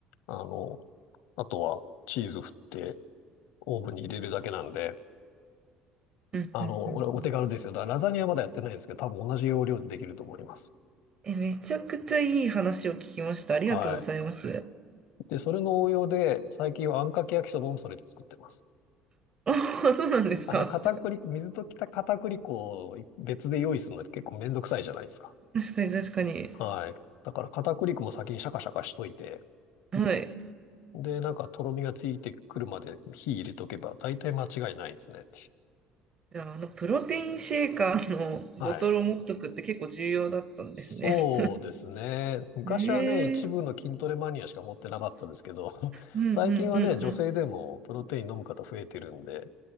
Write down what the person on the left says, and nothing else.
あの、あとは、チーズ振って、オーブンに入れるだけなんで、
あの、俺、お手軽ですよ。だからラザニアまだやってないんですけど、多分同じ要領でできると思います。
はい。で、それの応用で、最近はあんかけ焼きそばもそれで作ってます。
あの、片栗、水溶きた片栗粉を別で用意するのって結構めんどくさいじゃないですか。
はい。だから片栗粉も先にシャカシャカしといて、
で、なんか、とろみがついてくるまで火入れとけば、大体間違いないですね。
はい。そうですね。昔はね、
一部の筋トレマニアしか持ってなかったですけど、<laughs>
最近はね、女性でもプロテイン飲む方増えてるんで、